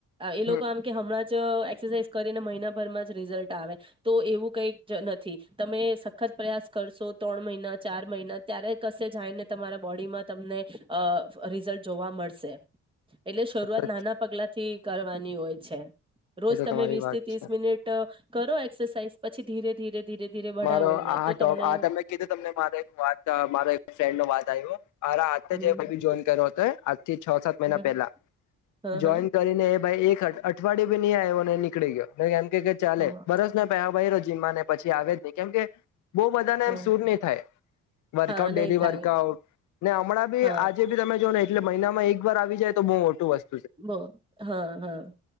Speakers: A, on the right; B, on the left.
A: એ
B: હમ
A: લોકો આમ કે હમણાં એક્સરસાઇઝ કરીને મહિનાભરમાં જ રિઝલ્ટ આવે, તો એવું કઈ નથી તમે સખત પ્રયાસ કરશો ત્રણ મહિના ચાર મહિના ત્યારે કશે જાયને તમારા બોડીમાં તમને, રિઝલ્ટ જોવા મળશે. એટલે શરૂઆત
B: એ તો
A: નાના પગલા થી કરવાની હોય. છે. રોજ
B: એ તો
A: તમે
B: તમારી
A: વીસ
B: વાત
A: થી ત્રીસ
B: છે
A: મિનિટ કરો એક્સરસાઇઝ પછી ધીરે ધીરે. ધીરે ધીરે બઢાવો
B: મારો
A: એને
B: આ
A: તો
B: ટોપ
A: તમને
B: આ તમે કીધું તમને મા વાત મા ફ્રેન્ડ ન વાત <unintelligible> અરા હાતેજ
A: હમ
B: એ ભી જોઈન કર હતે. તે છ સાત મહિના
A: હમ
B: પહેલા
A: હ
B: જોઈન
A: હ
B: કરીને એ ભાઈ એક અઠ અઠ વાડી ભી નઈ આયો અને નીકળી ગયો. કે ચાલે
A: ઓહ
B: બરોસ નો પેહા ભયરો છે. જીમ ને પછી આવે જ કેમ કે બહ બધાને
A: હ
B: એમ સુર નહી થાય વર્કઆઉટ
A: હા નહી
B: ડેલી
A: થાય
B: વર્કઆઉટ ને હમણાં બી
A: હા
B: આજે બી તમે જો ને એટલે મહિનામાં એક વાર આવી જાય તો બહુ મોટું વસ
A: બો હા હા